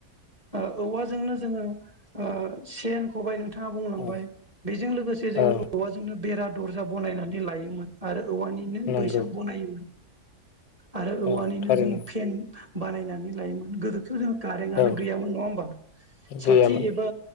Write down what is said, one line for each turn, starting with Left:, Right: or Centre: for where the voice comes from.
Right: ओ औवाजोंनो जोङो ओ सेन खबाय बिथाङा बुंलांबाय
Left: औ
Right: बेजों लोगोसे जोङो
Left: औ
Right: औवाजोंनो बेरा दुं - दरजा बनायनायनानै लायोमोन आरो औवानिनो
Left: नंगौ
Right: बैसां बनायोमोन। आरो औवानिनो
Left: औ थारैनो
Right: जों फेन बानायनानै लायोमोन गोदोथ' जोंङो कारेंआनो
Left: औ
Right: गैयामोन नङा होमबा साथि
Left: गैयामोन
Right: एबा